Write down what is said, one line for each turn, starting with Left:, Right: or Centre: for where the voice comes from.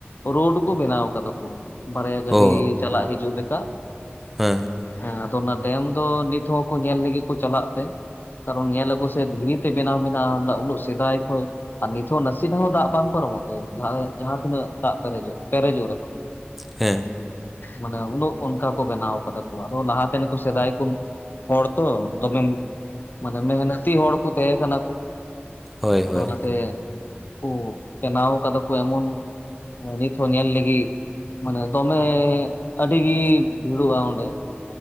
Left: ᱨᱳᱰ ᱠᱚ ᱵᱮᱱᱟᱣ ᱠᱟᱫᱟ ᱠᱚ᱾ ᱵᱟᱨᱭᱟ ᱜᱟᱹᱰᱤ
Centre: ᱚ
Left: ᱪᱟᱞᱟᱜ ᱦᱤᱡᱩᱜ ᱞᱮᱠᱟ᱾
Centre: ᱦᱮᱸ᱾
Left: ᱦᱮᱸ ᱟᱫᱚ ᱚᱱᱟ ᱰᱮᱢ ᱫᱚ ᱱᱤᱛ ᱦᱚᱸᱠᱚ ᱧᱮᱞ ᱞᱟᱹᱜᱤᱫ ᱠᱚ ᱪᱟᱞᱟᱜ ᱛᱮ᱾ ᱠᱟᱨᱚᱱ ᱧᱮᱞ ᱟᱠᱚ ᱥᱮ ᱫᱷᱤᱨᱤ ᱛᱮ ᱵᱮᱱᱟᱣ ᱢᱮᱱᱟᱜᱼᱟ ᱚᱱᱟ ᱩᱱᱟᱹᱜ ᱥᱮᱫᱟᱭ ᱠᱷᱚᱡ ᱟ ᱱᱤ ᱛᱚ ᱱᱟᱥᱤ ᱛᱮᱦᱚᱸ ᱫᱟᱜ ᱵᱟᱝ ᱯᱟᱨᱚᱢᱚᱜ ᱛᱮ ᱡᱟᱸᱦᱟ ᱮᱸ ᱡᱟᱸᱦᱟ ᱛᱤᱱᱟᱹᱜ ᱫᱟᱜ ᱯᱮᱨᱮᱡᱚᱜ ᱯᱮᱨᱮᱡᱚᱜ ᱨᱮᱦᱚᱸ᱾
Centre: ᱦᱮᱸ᱾
Left: ᱢᱟᱱᱮ ᱩᱱᱟᱹᱜ ᱚᱱᱠᱟ ᱠᱚ ᱵᱮᱱᱟᱣ ᱠᱟᱫᱟ ᱠᱚ ᱟᱨᱚ ᱞᱟᱦᱟ ᱛᱮ ᱱᱤᱠᱩ ᱥᱮᱫᱟᱭ ᱠᱩᱱ᱾ ᱦᱚᱲ ᱛᱚ ᱫᱚᱢᱮ ᱢᱟᱱᱮ ᱢᱮᱦᱚᱱᱟᱛᱤ ᱦᱚᱲ ᱠᱩ ᱛᱟᱦᱮᱸ ᱠᱟᱱᱟ ᱠᱩ᱾
Centre: ᱦᱳᱭ
Left: ᱟᱫᱚ
Centre: ᱦᱳᱭ
Left: ᱚᱱᱟᱛᱮ ᱠᱩ ᱵᱮᱱᱟᱣ ᱠᱟᱫᱟ ᱠᱚ ᱮᱢᱚᱱ ᱮᱸ ᱱᱤᱛ ᱦᱚᱸ ᱧᱮᱞ ᱞᱟᱹᱜᱤ ᱢᱟᱱᱮ ᱫᱚᱢᱮ ᱟᱹᱰᱤ ᱜᱤ ᱵᱷᱤᱲᱚᱜᱼᱟ ᱚᱸᱰᱮ᱾